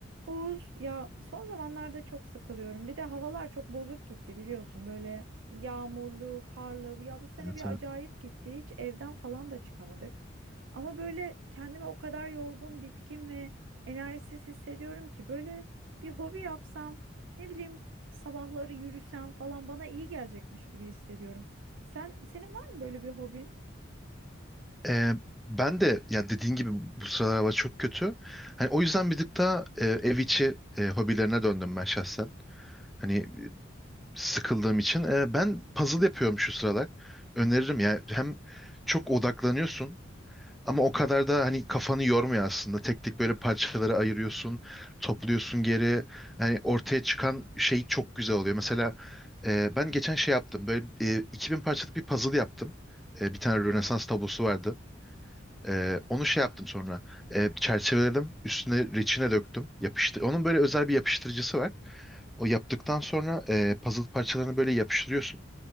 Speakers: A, on the right (about 70°); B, in the centre.
A: Oğuz ya son zamanlarda çok sıkılıyorum. Bir de havalar çok bozuk gitti biliyorsun. Böyle yağmurlu, karlı. Ya bu sene
B: Evet
A: bir
B: evet.
A: acayip gitti. Hiç evden falan da çıkamadık. Ama böyle kendimi o kadar yorgun, bitkin ve enerjisiz hissediyorum ki böyle bir hobi yapsam, ne bileyim sabahları yürüsem falan bana iyi gelecekmiş gibi hissediyorum. Sen senin var mı böyle bir hobin?
B: Ee, ben de ya dediğin gibi bu sıralar hava çok kötü. Hani o yüzden bir tık daha e, ev içi e, hobilerine döndüm ben şahsen. Hani sıkıldığım için. E, ben puzzle yapıyorum şu sıralar. Öneririm ya. Hem çok odaklanıyorsun ama o kadar da hani kafanı yormuyor aslında. Tek tek böyle parçalara ayırıyorsun, topluyorsun geri. Hani ortaya çıkan şey çok güzel oluyor. Mesela e, ben geçen şey yaptım. Böyle e, 2000 parçalık bir puzzle yaptım. E, bir tane Rönesans tablosu vardı. Ee, onu şey yaptım sonra. Ee, çerçeveledim. Üstüne reçine döktüm. Yapıştı. Onun böyle özel bir yapıştırıcısı var. O yaptıktan sonra e, puzzle parçalarını böyle yapıştırıyorsun.